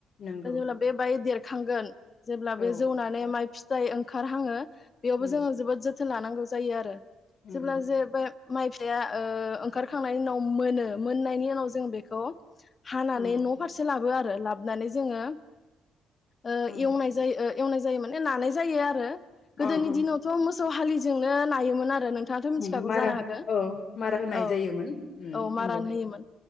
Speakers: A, on the left (about 55°); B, on the left (about 40°).
A: नंगौ
B: जेब्ला बेबायदि थांगोन जेब्ला बे
A: औ
B: जौनानै माइ फि जाय ओंखारहाङो बेयावबो
A: नंगौ
B: जों जोबोर जो थोन लानांगौ जायो आरो।
A: नंगौ
B: जेब्ला जे बे माइ फिथाया ओंखारखांनायनि उनाव मोनो मोननायनि उनाव जों बेखौ हानानै
A: नंगौ
B: न' फारसे लाबो आ रो लाबनानै जोङो ओ
A: नंगौ
B: एवनाय जायो एवनाय जायो माने नानाय जायो आरो
A: अ
B: गोदोनि
A: अ
B: दिनावथ' मो सौ हालिजोंनो नायोमोन आरो नों थाङाथ' मिथिखागौ
A: उम मारा
B: जानो हा
A: औ मारा होनाय
B: औ
A: जायोमोन उम
B: औ मारान
A: नंगौ
B: होयोमोन